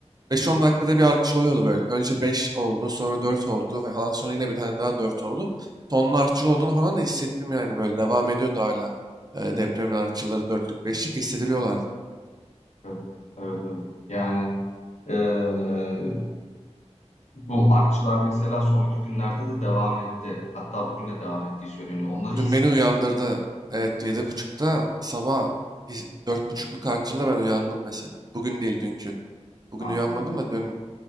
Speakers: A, on the right; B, on the left.
A: Beş 10 dakikada bir artçıl oluyordu böyle. Önce 5 oldu, sonra 4 oldu falan. Sonra yine bir tane daha 4 oldu. Tonun artçıl olduğunu falan da hissettim yani böyle. Devam ediyordu hala. E,
B: hı hı.
A: depremin artçılları 4'lük 5'lik hissediliyorlardı.
B: Evet, evet, evet. Yani eee, bu artçılar mesela son iki günlerde de devam etti. Hatta bugün de devam ettiği söyleniyor. Onları
A: Dün beni uyandırdı. Evet yedi buçukta sabah his- 4.30'luk artçılla ben uyandım mesela. Bugün değil dünkü. Bugün
B: Anladım,
A: uyanmadım da dün